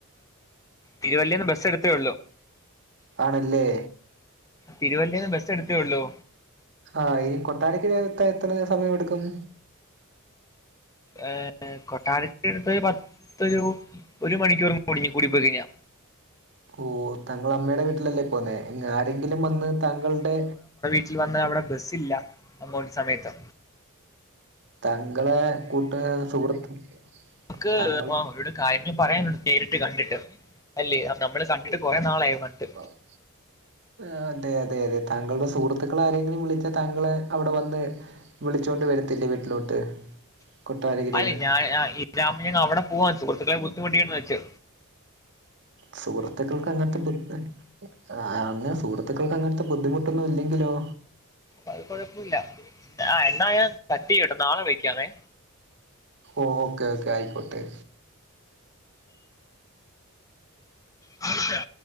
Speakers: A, on the left (about 15°); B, on the right (about 55°).
A: തിരുവല്ലേന്ന് ബസ്സ് എടുത്തേ ള്ളൂ.
B: ആണല്ലേ.
A: തിരുവല്ലേന്ന് ബസ്സ് എടുത്തേ ള്ളൂ.
B: ആഹ് ഈ കൊട്ടാരക്ക് എത്ത എത്തണ സമയോ ടുക്കും?
A: ഏഹ് കൊട്ടാരത്തിടുത്ത് പത്തൊരു ഒരു മണിക്കൂർ <unintelligible> പോയിക്കഴിഞ്ഞ.
B: ഓഹ് തങ്കൾ അമ്മയുടെ വീട്ടിലല്ലേ പോന്നേ ആരെങ്കിലും വന്ന് താങ്കളുടെ
A: ട്ടിൽ വന്ന് അവടെ ബസ്സ് ഇല്ല അങ്ങോട്ട് സമയത്ത്.
B: താങ്കളെ കൂട്ട സുഹൃത്ത്
A: ക്ക്
B: താങ്കൾ
A: വാ കാര്യങ്ങൾ പറയാനുണ്ട് നേരിട്ട് കണ്ട്ട്ട് അല്ലേ അ നമ്മള് കണ്ട്ട്ട് കൊറെ നാളായി കണ്ട്
B: ആഹ് ആഹ് അതെ അതെ അതെ താങ്കളുടെ സുഹൃത്തുക്കൾ ആരെങ്കിലും വിളിച്ചാ താങ്കളെ അവടെ വന്ന് വിളിച്ചോണ്ട് വരത്തില്ലേ വീട്ടിലോട്ട് കൊട്ടാരക്കരയിൽ
A: അല്ലേ
B: നിന്ന്
A: ഞാൻ ഈ <unintelligible> അവിടെ പോവാ സുഹൃത്ത്ക്കളെ ബുദ്ധിമുട്ടിക്കേണ്ട വെച്ചു
B: സുഹൃത്ത്ക്കൾക്ക് അങ്ങനത്തെ ബുദ്ധ് ആഹ് അങ്ങനെ സുഹൃത്ത്ക്കൾക്ക് അങ്ങനത്തെ ബുദ്ധിമുട്ടൊന്നും ഇല്ലെങ്കിലോ
A: അത് കുഴപ്പുല്ല ആഹ് എന്നാ ഞാൻ കട്ടെയ്യാട്ടോ നാളെ വിളിക്കാവെ
B: ഓക്കേ ഓക്കെ അയിക്കോട്ടെ
A: അത്സാ